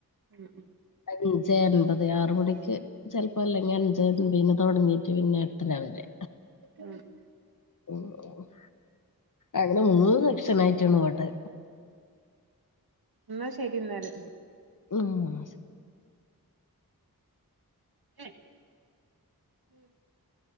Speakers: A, on the right; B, on the left.
A: ഉം ഉം
B: അഞ്ച് അൻപത്, ആറ് മണിക്ക് ചെലപ്പോ അല്ലെങ്കിൽ അഞ്ച അൻപതിന് തുടങ്ങിട്ടു പിന്നെ എട്ടര വരെ
A: ഉം <inaudible>
B: ഓഓ <inaudible> അങ്ങനെ മൂന്ന് സെക്ഷനയിട്ടാണ് വോട്ട്.
A: എന്നാ ശരി എന്നാല്.
B: ആ <inaudible>
A: ഉം <inaudible>